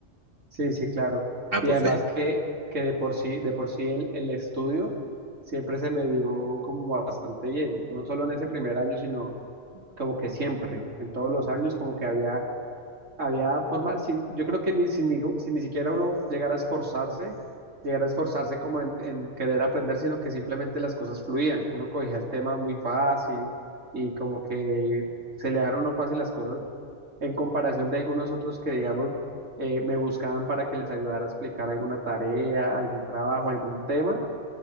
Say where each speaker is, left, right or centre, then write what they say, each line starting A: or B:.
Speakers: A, on the right; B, on the right.
A: Sí, sí, claro.
B: Ah,
A: Y
B: pues
A: además
B: fue,
A: que, que de por sí, de por sí el, el estudio siempre se me dio como bastante bien, no solo en ese primer año, sino como que siempre, en todos los años, como que había, había forma, sin, yo creo que ni, sin, ni, sin ni siquiera uno llegara a esforzarse, llegara a esforzarse como en, en querer aprender, sino que simplemente las cosas fluían, uno cogía el tema muy fácil y como que se le daban uno fácil las cosas en comparación de algunos otros que, digamos, eh, me buscaban para que les ayudara a explicar alguna tarea, algún trabajo, algún tema.